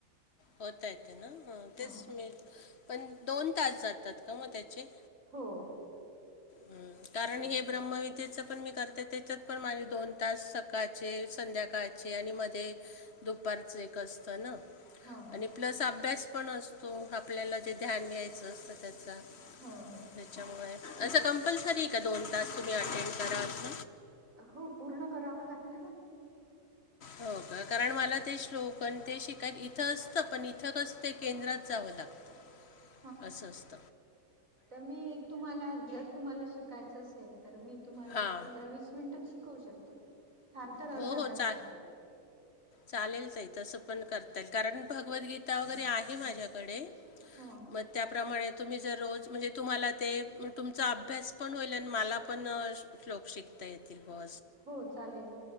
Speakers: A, on the left (about 45°); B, on the right (about 55°).
A: होता येत ना तेच
B: ह
A: मी पण दोन तास जातात का मग त्याचे
B: हो
A: हम कारण
B: दोन
A: हे
B: तास
A: ब्रह्मविद्येचं पण मी करते त्याच्यात पमाणे दोन तास सकाळचे संध्याकाळचे आणि मध्ये दुपारच एक असतं ना
B: हा
A: आणि प्लस अभ्यास पण असतो आपल्याला जे ध्यान घ्यायचं असतं त्याचा
B: हो हो
A: त्या असं कंपलसरी का दोन तास तुम्ही अटेंड करा अस
B: हो पूर्ण करावं लागतं ना
A: हो का कारण मला ते श्लोकन ते शिकाय इथं असतं पण इथं कस ते केंद्रात जावं लागत
B: <inaudible>
A: असंस्त
B: ह तर मी तुम्हाला जर तुम्हाला शिकायचं असेल तर मी तुम्हाला
A: हां
B: एक पंधरा वीस मिनिटातच शिकवू शकतेो फार तर
A: हो
B: अर्धा
A: हो
B: तास
A: चा
B: लागेल
A: चालेल त तसं पण करता येईल कारण भगवद्गीता वगैरे आहे माझ्याकडे
B: हा
A: मग त्याप्रमाणे तुम्ही जर रोज म्हणजे तुम्हाला ते तुमचा अभ्यास पण होईल आणि मला पण श्लोक शिकता येतील ब
B: हो चालेल